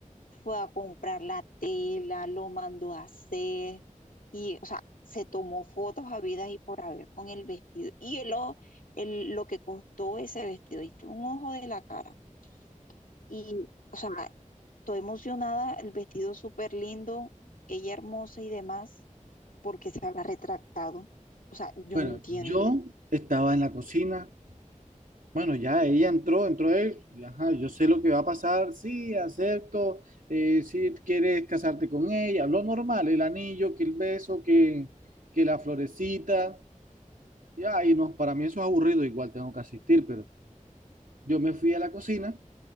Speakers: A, on the left; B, on the right.
A: fue a comprar la tela, lo mandó a hacer y, o sea, se tomó fotos habidas y por haber con el vestido. Y el, ojo- el- lo que costó ese vestido, ¿viste? Un ojo de la cara. Y, o sea, estoy emocionada, el vestido súper lindo, ella hermosa y demás, porque se habrá retractado. O sea, yo
B: Bueno,
A: no entiendo.
B: yo estaba en la cocina. Bueno, ya ella entró, entró él. y Ajá, yo sé lo que va a pasar. Sí, acepto. eh, si quieres casarte con ella, lo normal, el anillo, que el beso, que, que la florecita. Ya, y no, para mí eso es aburrido, igual tengo que asistir, pero yo me fui a la cocina